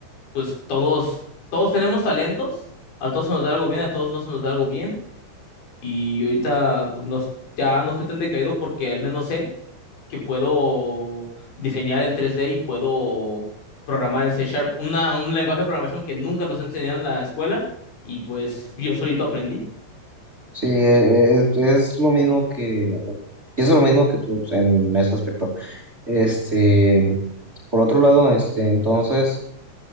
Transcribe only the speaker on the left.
pues todos, todos tenemos talentos, a todos se nos da algo bien, a todos no se nos da algo bien, y ahorita pues no, ya no estoy tan decaído porque al menos sé que puedo diseñar en 3D y puedo programar en C Sharp, una, un lenguaje de programación que nunca nos han enseñado en la escuela, y pues yo solito aprendí.